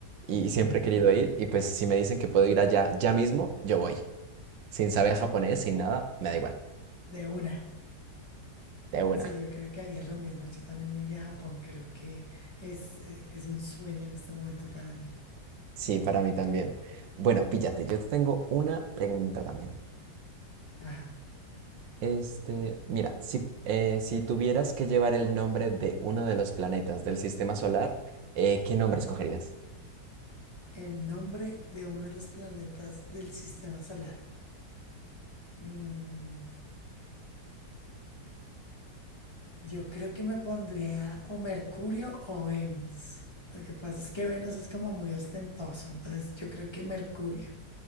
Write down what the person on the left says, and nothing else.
ujú,
De una.
Sí, yo creo que haría lo mismo. Yo también me iría a Japón. Creo que es, eh, es un sueño en este momento para mí.
Ajá.
El nombre de uno de los planetas del sistema solar. Mm, Yo creo que me pondría o Mercurio o Venus. Lo que pasa es que Venus es como muy ostentoso, entonces yo creo que Mercurio.